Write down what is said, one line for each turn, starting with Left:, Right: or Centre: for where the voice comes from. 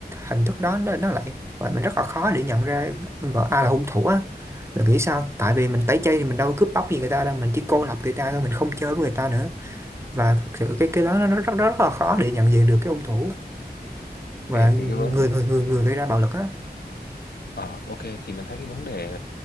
Right: hình thức đó nó, nó lại và mình rất là khó để nhận ra gọi ai là hung thủ á mình nghĩ sao tại vì mình tẩy chay thì mình đâu cướp bóc gì người ta đâu mình chỉ cô lập người ta thôi mình không chơi với người ta nữa và thực sự cái cái đó nó rất, rất rất là khó để nhận diện được cái hung thủ
Left: ok
Right: và người
Left: thì cái vấn
Right: người người người gây ra bạo lực á
Left: Ờ, ok thì mình thấy cái vấn đề